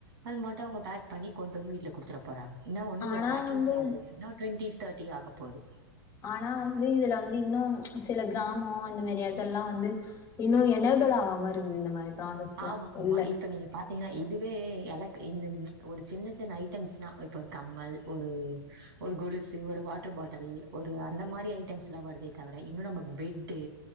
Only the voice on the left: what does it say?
ஆனா
வந்து
ஆனா வந்து இதுல வந்து இன்னு சில கிராமோ இந்த மேரி எடத்துலல்லா வந்து இன்னு எனேபிள் ஆவாம இருக்குது இந்த மாரி ப்ராசஸ்லா
உள்ள